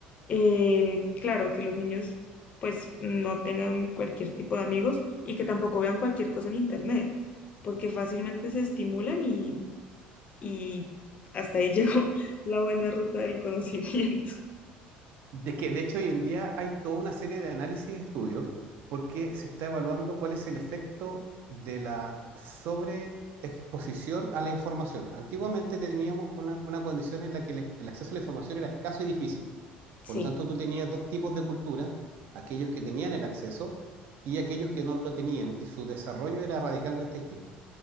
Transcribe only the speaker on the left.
eh, claro, que los niños pues no tengan cualquier tipo de amigos y que tampoco vean cualquier cosa en internet, porque fácilmente se estimulan y, y hasta ahí <laughs> llegó la buena ruta del conocimiento.
Sí,